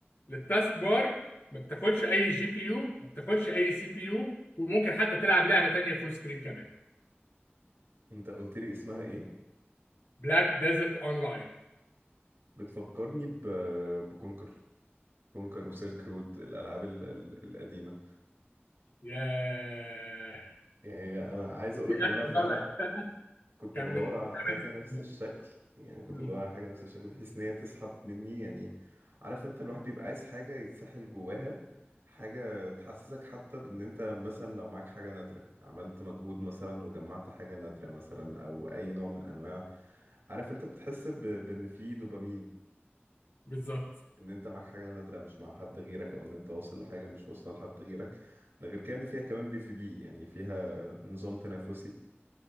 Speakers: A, on the left; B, on the right.
A: للتاسك بار ما بتاخدش اي جي بي يو ما بتاخدش اي سي بي يو وممكن حتى تلعب لعبه تانيه فول سكرين كمان
B: انت قلت لي اسمها ايه
A: بلاك ديزرت اونلاين
B: بتفكرني ب... بكونكر كونكر وسيلك رود الالعاب ال- ال- القديمة
A: ياه
B: يعني انا عايز اقولك
A: دي
B: ان
A: آخر
B: انا فعلا
A: مرة لعبتها
B: كنت
A: كان
B: بدور
A: من ثمان
B: على حاجه نفس
A: سنين.
B: الشكل يعني كنت
A: مم.
B: بدور على حاجه نفس الشكل بحيث ان هي تسحب مني يعني عارف انت الواحد بيبقى عايز حاجه يتسحل جواها حاجه تحسسك حتى بان انت مثلا لو معاك حاجه نادره عملت مجهود مثلا وجمعت حاجه نادره مثلا او اي نوع من انواع عارف انت بتحس ب... بان في دوبامين
A: بالظبط
B: ان انت معاك حاجه نادره مش مع حد غيرك او ان انت واصل لحاجه مش واصله لحد غيرك ده غير كده ان فيها كمان بي في بي يعني فيها نظام تنافسي